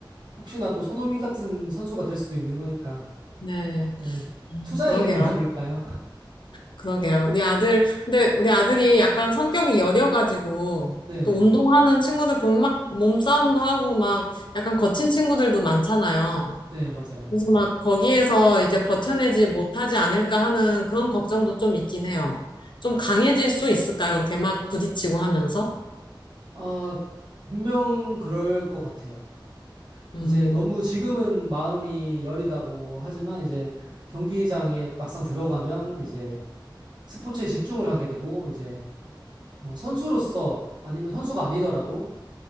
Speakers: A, on the right; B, on the left.
A: 혹시나 또 손흥민 같은 선수가 될 수도 있는 거니까.
B: 네.
A: 네,
B: 음,
A: 투자의
B: 그러게요.
A: 개념 아닐까요? <laughs>
B: 그러게요. 우리 아들, 근데 우리 아들이 약간 성격이 여려가지고
A: 네네.
B: 또 운동하는 친구들 보면 막 몸싸움도 하고 막 약간 거친 친구들도 많잖아요.
A: 네, 맞아요.
B: 그래서 막 거기에서 이제 버텨내지 못하지 않을까 하는 그런 걱정도 좀 있긴 해요. 좀 강해질 수 있을까요? 이렇게 막 부딪히고 하면서?
A: 아, 분명 그럴 것 같아요.
B: 음,
A: 이제 너무 지금은 마음이 여리다고 하지만 이제 경기장에 막상 들어가면 이제 스포츠에 집중을 하게 되고 이제 어, 선수로서 아니면 선수가 아니더라도